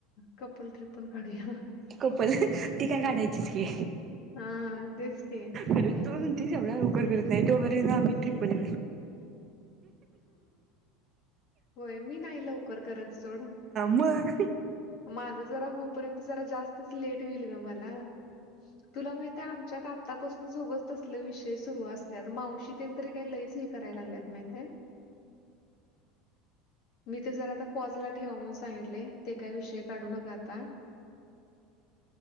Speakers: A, on the left; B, on the right.
A: कपल ट्रिपल गाढडीला
B: कपल ती काय काढायचीच घी
A: हां, तेच की.
B: अरे तू ते एवढा उवकरड करत नाही तो बरे ना आम्ही ट्रिपल
A: होय मी नाही लवकर करत सोड
B: मग
A: माझ जरा होपर्यंत ज जास्त लेट होईल ग मला तुला माहिे आमच्यात आतापासून जोगच तसले विषय सुरू असतात मावशीन त का लयच हे करायला लागल्यात माहि मी ते ज आता पॉजला ठेवाून सांगितले विषय काढू नकाता